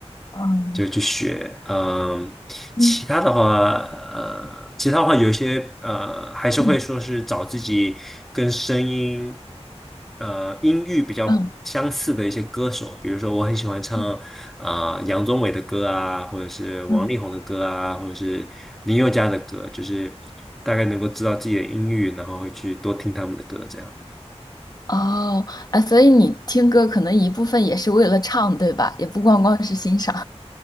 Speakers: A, on the left (about 35°); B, in the centre.
A: 嗯
B: 就去学，嗯、其他的话，
A: 嗯
B: 呃，其他的话有一些呃，还是会说是找自己跟声音，
A: 嗯
B: 呃，音域比较相似的一些歌手，
A: 嗯
B: 比如说我很喜欢唱
A: 嗯
B: 啊、呃杨宗纬的歌啊，或者是王力宏的歌啊，
A: 嗯，
B: 或者是林宥嘉的歌，就是大概能够知道自己的音域，然后会去多听他们的歌，这样。
A: 哦，啊，所以你听歌可能一部分也是为了唱，对吧？也不光光是欣赏。